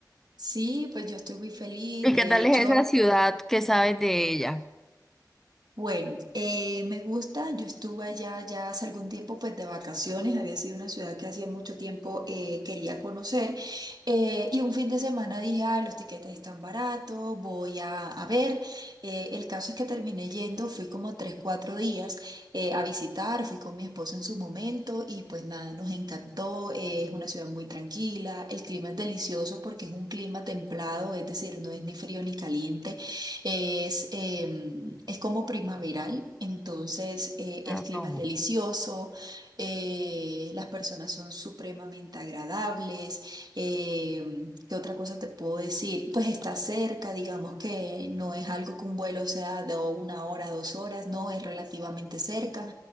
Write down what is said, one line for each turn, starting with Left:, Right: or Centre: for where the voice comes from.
Right: Sí, pues yo estoy muy feliz,
Centre: ¿Y
Right: de
Centre: qué tal
Right: hecho.
Centre: es esa ciudad? ¿Qué sabes de ella?
Right: Bueno, eh, me gusta, yo estuve allá ya hace algún tiempo pues de vacaciones, había sido una ciudad que hacía mucho tiempo eh, quería conocer eh, y un fin de semana dije, ah, los tiquetes están baratos, voy a, a ver. Eh, el caso es que terminé yendo, fui como tres, cuatro días eh, a visitar, fui con mi esposo en su momento y pues nada, nos encantó, eh, es una ciudad muy tranquila, el clima es delicioso porque es un clima templado, es decir, no es ni frío ni caliente. Es, em, es como primaveral, entonces eh,
Centre: Ah,
Right: el clima
Centre: no.
Right: es delicioso,
Centre: no.
Right: eh, las personas son supremamente agradables. em, ¿qué otra cosa te puedo decir? Pues está cerca, digamos que no es algo que un vuelo sea de una hora, dos horas, no, es relativamente cerca.